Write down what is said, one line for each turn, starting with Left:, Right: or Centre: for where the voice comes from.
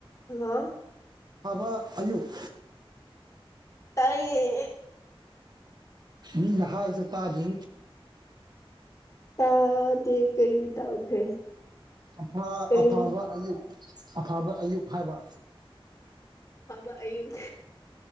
Left: hello
Right: ꯐꯥꯕ ꯑꯌꯨꯛ
Left: ꯇꯥꯏꯌꯦ
Right: ꯃꯤꯅ ꯍꯥꯏꯁꯦ ꯇꯥꯗꯦ
Left: ꯇꯥꯗꯦ ꯀꯔꯤ ꯇꯧꯈ꯭ꯔꯦ
Right: ꯑꯐ
Left: ꯀꯔꯤ
Right: ꯑꯐꯕ
Left: ꯍꯥꯏ ꯑꯣ
Right: ꯑꯌꯨꯛ ꯑꯐꯕ ꯑꯌꯨꯛ ꯍꯥꯏꯕ
Left: ꯑꯐꯕ ꯑꯌꯨꯛ